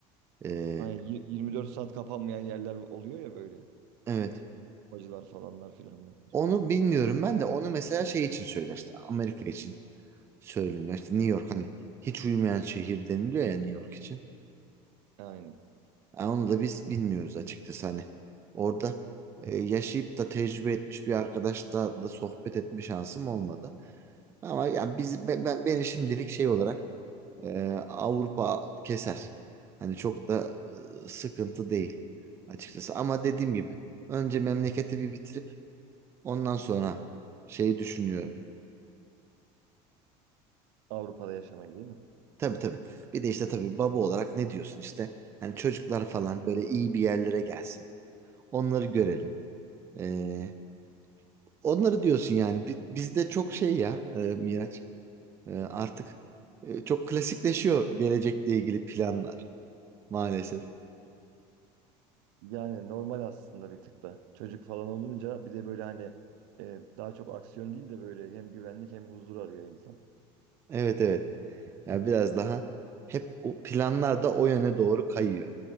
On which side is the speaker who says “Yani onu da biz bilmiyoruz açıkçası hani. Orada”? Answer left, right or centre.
Right